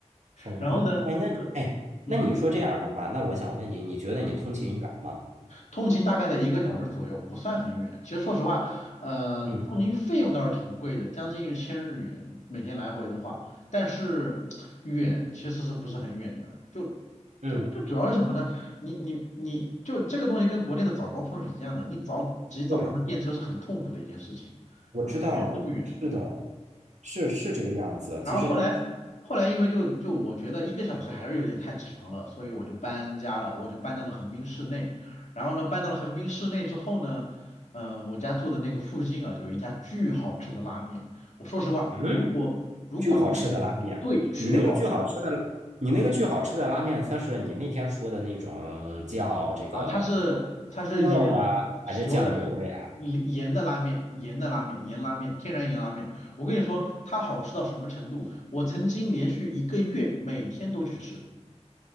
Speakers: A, on the right; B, on the left.
A: 横滨？
B: 然后呢，
A: 哎，那你哎，
B: 和
A: 那你说这样的话，
B: 嗯。
A: 那我想问你，你觉得你通勤远吗？
B: 嗯通勤大概在一个小时左右，不算很远。其实说实话，呃，
A: 嗯
B: 通勤费用倒是挺贵的，将近一千日元，每天来回的话，但是远其实是不是很远的？就
A: 嗯，
B: 就就主要是什么呢？你你你就这个东西跟国内的早高峰是一样的，你早挤早上的电车是很痛苦的一件事情啊，
A: 对，我知道，
B: 远是不远？
A: 是的，是是这个样子。
B: 然后后来后来因为就就我觉得一个小时还是有点太长了，
A: 其实你
B: 所以我就搬家了，我就搬到了横滨市内。然后呢，搬到了横滨市内之后呢，嗯、我家住的那个附近啊，有一家巨好吃的拉面。我说实话，
A: 嗯，
B: 如果如果你
A: 巨好吃的拉面，
B: 对巨好吃
A: 你那个巨好吃的拉，你那个巨好吃的拉面，它是你那天说的那种叫这个
B: 啊，它是它是盐
A: 猪肉的啊，
B: 喜优的。
A: 还是酱油的呀？
B: 盐的拉面，盐的拉面，盐拉面，天然盐拉面。我跟你说，它好吃到什么程度？我曾经连续一个月每天都去吃。